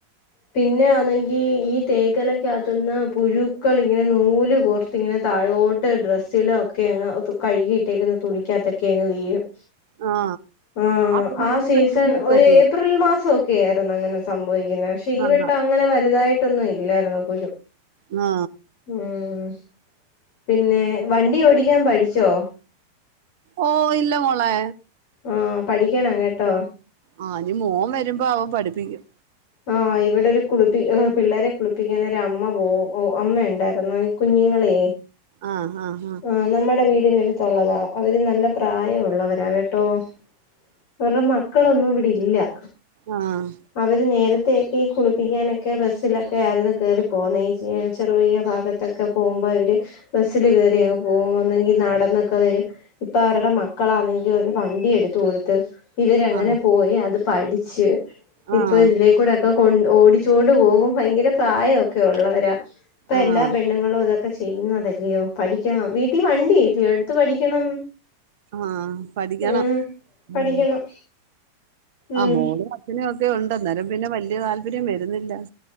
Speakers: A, on the left; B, on the right.
A: പിന്നെ ആന്നെ ങ്കി ഈ തേക്കെലകാത്ത്ന്ന് പുഴുക്കളിങ്ങനെ നൂല് കോർത്തിങ്ങനെ <unintelligible> <unintelligible> ഡ്രസ്സിലൊക്കെ അങ് <unintelligible> കഴുകിയിട്ടേക്ക്ന്ന തുണിക്കാത്തൊക്കെ അങ്ങ് വീഴും
B: ആ
A: ആ
B: കുഞ്ഞുങ്ങൾക്ക്
A: ആ സീസൺ
B: എടുക്കുമ്പോ
A: ഒരു
B: ചൊറി
A: ഏപ്രിൽ <unintelligible> <unintelligible> ആയിരുന്നു അങ്ങനെ സംഭവിക്കുന്നത് പക്ഷെ ഈ
B: ആ
A: വട്ടം അങ്ങനെ വലുതായിട്ടൊന്നും ഇല്ലായിന്നു പുഴു
B: ആ
A: ഉം പിന്നെ വണ്ടി ഓടിക്കാൻ പഠിച്ചോ
B: ഓ ഇല്ല മോളേ
A: ആ പഠിക്കണം കേട്ടോ
B: ആ ഇനി മോൻ വരുമ്പോ അവൻ പഠിപ്പിക്കും
A: ആ ഇവിടെ ഒരു കുളിപ്പി പിള്ളേരെ കുളിപ്പിക്കന്നെരമ്മ പോവും അമ്മണ്ടായിര്ന്നെ കുഞ്ഞുങ്ങളൈ
B: ആഹ് ആഹ്
A: ആഹ് നമ്മടെ വീടിനടുത്തുള്ളതാ അവര് നല്ല പ്രായമുള്ളവരാണ് ആഹ് അവരുടെ മക്കളൊന്നും ഇവിടെല്ലൃ
B: ആഹ്
A: അവര് നേരത്തേയൊക്കെ കുളിപ്പിക്കാനൊക്കെ ബസ്സിലൊക്കെ ആയിരുന്നു കേറിപ്പോന്നേ ചെറു ചെറീയഭാഗത് തൊക്കെ പോകുമ്പ ഇവര് ബസ്സിൽ കേറി അങ്ങ് പോകുന്നെങ്കിൽ നടന്നൊക്കെ വരും ഇപ്പൊ അവര്ടെ മക്കളാണെങ്കി ഒരു വണ്ടി എടുത്ത് കൊടുത്ത് പ്പ ഇവരങ്ങനെ
B: ആഹ്
A: പോയി അത് പഠിച്ച്
B: ആഹ്
A: ഇപ്പൊ ഇതിലേക്കൂടെ ഒക് ക്കെ കൊ ഓടിച്ചോണ്ട് പോകും ഭയങ്കര പ്രായൊക്കെ ഉള്ളവരാ ഇപ്പൊ
B: ആഹ്
A: എല്ലാ പെണ്ണങ്ങളും ഇതൊക്കെ ക്കെ ചെയ്യുന്നതല്ലയോ പഠിക്കണം വീട്ടിൽ വണ്ടില്ലയോ എടുത്ത് പഠിക്കണം
B: ആഹ് പഠിക്കണം
A: ഉം പഠിക്കണം
B: ഉം
A: ഉം
B: ആഹ് മോള് പിന്നൊക്കെ ഉണ്ട് ഞരമ്പിന്ന് വല്ലൃ താല്പര്യം വരുന്നില്ല